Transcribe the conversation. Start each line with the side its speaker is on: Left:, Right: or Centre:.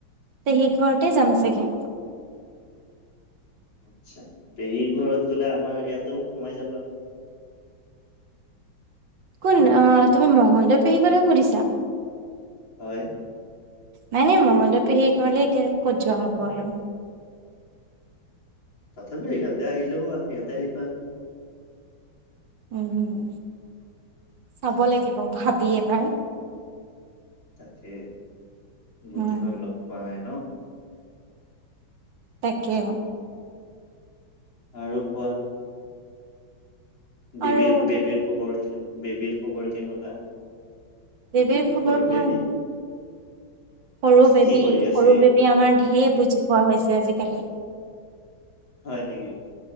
Right: তে সেই ঘৰতে যাম চাগে
Left: আচ্ছা পেহীৰ ঘৰত গলে আমাৰ ইয়াতেও সোমাই যাবা
Right: কোন অ', তুমি মংগলদৈ পেহী কৰে সুধিছা
Left: হয়
Right: নাই, নাই মংগলদৈ পেহীৰ ঘৰলে এতিয়া ক'ত যোৱা হ'ব আৰু
Left: তথাপিও ইয়াতে আহিলেও ইয়াতে আহি পা
Right: উম, চাব লাগিব ভাবি এবাৰ
Left: তাকে বহুত
Right: উম
Left: দিন হল লগ পোৱা নাই ন
Right: ত তাকে
Left: আৰু কোৱা বেবীৰ,
Right: আৰু
Left: বেবীৰ খবৰ বেবীৰ খবৰ কেনেকুৱা
Right: দেৱীৰ খবৰ
Left: সৰু বেবী।
Right: ভাল সৰু বেবী
Left: কি কৰি আছে
Right: সৰু
Left: ই
Right: বেবী আমাৰ ঢেৰ বুজি পোৱা হৈছে আজিকালি
Left: হয় নেকি